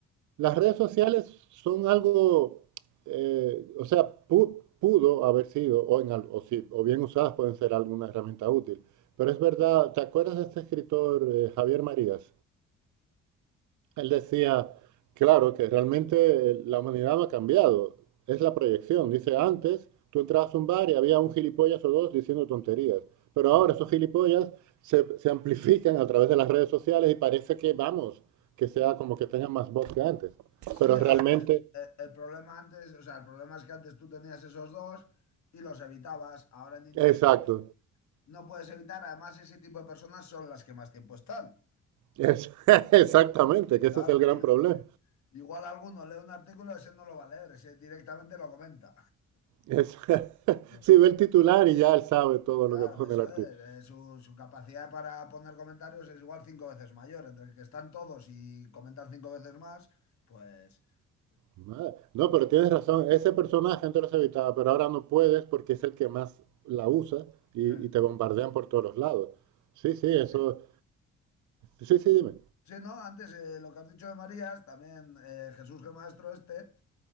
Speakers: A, on the right; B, on the left.
A: las redes sociales son algo, eh, o sea, pu- pudo haber sido, o, en al- o, si- o bien usadas pueden ser alguna herramienta útil, pero es verdad, ¿te acuerdas de este escritor eh, Javier Marías? Él decía, claro, que realmente eh, la humanidad no ha cambiado, es la proyección. Dice, antes tú entrabas a un bar y había un gilipollas o dos diciendo tonterías, pero
B: <laughs>
A: ahora esos gilipollas se, se amplifican a través de las redes sociales y parece que, vamos, que sea como que tengan más voz que antes.
B: Sí,
A: Pero realmente,
B: a ver, el, el- el problema antes, o sea, el problema es que antes tú tenías esos dos y los evitabas. Ahora en Internet
A: exacto,
B: no puedes evitar, además ese tipo de personas son las que más tiempo están.
A: es- <laughs> exactamente, que ese
B: Claro,
A: es el gran
B: y
A: problema.
B: igual alguno lee un artículo, ese no lo va a leer, ese directamente lo comenta.
A: Es, <laughs>
B: No.
A: si
B: <laughs>
A: ve el titular y ya él sabe todo
B: Claro,
A: lo que pone
B: eso
A: el artículo.
B: es. eh, su, su capacidad para poner comentarios es igual cinco veces mayor. Entre que están todos y comentan cinco veces más, pues...
A: Madre. No, pero tienes razón. Ese personaje antes los evitaba, pero ahora no puedes porque es el que más la usa y,
B: <laughs>
A: y te bombardean por todos los lados. Sí, sí, eso.
B: Sí,
A: Sí, sí, dime.
B: sí, no, antes eh, lo que has dicho de Marías, también eh, Jesús G. Maestro este.